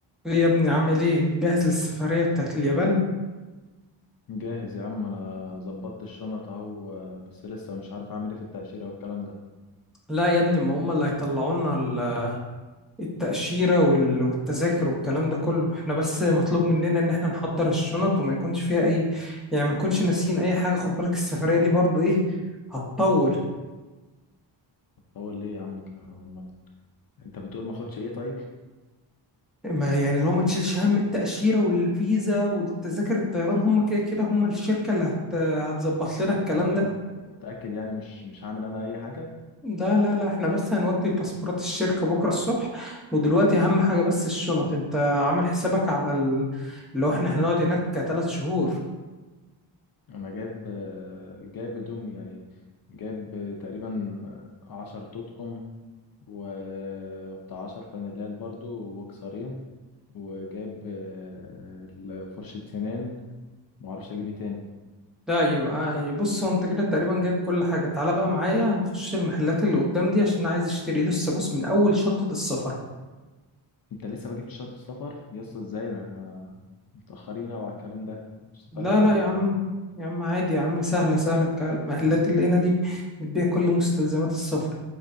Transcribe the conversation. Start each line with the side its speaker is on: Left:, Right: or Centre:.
Centre: ايه يا ابني عامل ايه جاهز للسفرية بتاعت اليابان
Left: جاهز يا عم انا ظبطت الشنط اهو بس لسه مش عارف اعمل ايه في التأشيرة والكلام ده
Centre: لا يا ابني ما هم اللي هيطلعوا لنا ال- التأشيرة وال- والتذاكر والكلام ده كله احنا بس مطلوب مننا ان احنا نحضر الشنط وما يكونش فيها اي يعني ما نكونش ناسيين اي حاجة خد بالك السفرية دي برضو ايه هتطول
Left: هتطول ليه يا عم ك- أمال انت بتقول ما اخدش ايه طيب
Centre: ما يعني لو ما تشيلش هم التأشيرة والفيزا والتذاكر الطيران هم كده كده هم الشركة اللي هت... هتظبط لنا الكلام
Left: متأكد
Centre: ده
Left: متأكد يعني مش مش هعمل انا اي حاجة
Centre: لا لا لا احنا بس هنودي الباسبورات الشركة بكرة الصبح ودلوقتي أهم حاجة بس الشنط انت عامل حسابك على ال- اللي هو احنا هنقعد هناك تلات شهور
Left: انا جايب جايب هدوم يعني جايب تقريبا عشر تطقم و- وبتاع عشر فانيلات برضو وبوكسرين وجايب آه، ال- فرشة سنان معرفش اجيب ايه تاني
Centre: لا يبقى بص هو انت كده تقريبا جايب كل حاجة تعالى بقى معايا هنخش المحلات اللي قدام دي عشان أنا عايز اشتري لسه بص من أول شنطة السفر
Left: انت لسه ما جبتش شنطة سفر يا اسطى ازاي ده انا متأخرين او على الكلام ده السفرية
Centre: لا
Left: قربت
Centre: لا يا عم
Left: يعني
Centre: يا عم عادي يا عم سهلة سهلة الك- المحلات اللي هنا دي بتبيع كل مستلزمات السفر